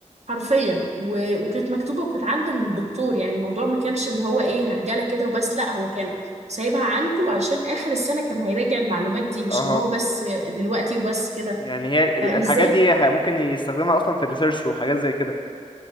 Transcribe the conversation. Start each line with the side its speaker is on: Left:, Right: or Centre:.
Right: حرفيا و... وكانت مكتوبة وكانت عند الدكتور يعني الموضوع ما كانش اللي هو إيه هرجلة كده وبس لا هو كان سايبها عنده عشان آخر السنة كان هيراجع المعلومات دي مش
Left: اها
Right: اللي هو بس دلوقتي وبس كده
Left: يعني هي ال-
Right: فنزل
Left: الحاجات دي ه- ممكن يستخدمها اصلا في الريسيرش وحاجات زي كده